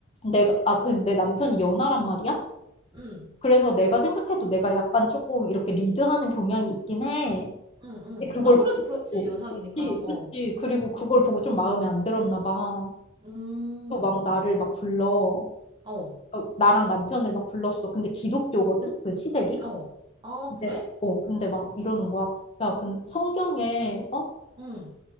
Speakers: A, on the left; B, on the right.
A: 내가 아 그 내 남편이 연하란 말이야.
B: 응,
A: 그래서 내가 생각해도 내가 약간 조금 이렇게 리드하는 경향이 있긴 해.
B: 응, 응.
A: 근데 그걸
B: 아무래도 그렇지,
A: 보고
B: 연상이니까.
A: 그치
B: 어.
A: 그치 그리고 그걸 보고 좀 마음에 안 들었나 봐.
B: 음,
A: 또 막 나를 막 불러
B: 어,
A: 어, 나랑 남편을 막 불렀어. 근데 기독교거든 그 시댁이.
B: 어. 아,
A: 근데,
B: 그래?
A: 어, 근데 막 이러는 거야. 야, 근 성경에, 어?
B: 응.